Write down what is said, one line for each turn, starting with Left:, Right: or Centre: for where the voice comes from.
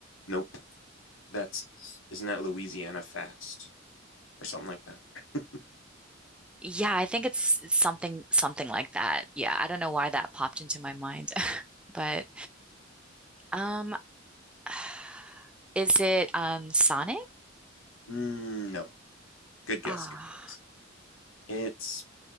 Left: Nope. That's isn't that Louisiana Fast or something like that? <laughs>
Centre: Yeah, I think it's something something like that. Yeah, I don't know why that popped into my mind, <laughs> but um <sighs> is it um Sonic?
Left: Mm, no. Good guess.
Centre: Ah,
Left: Good guess. It's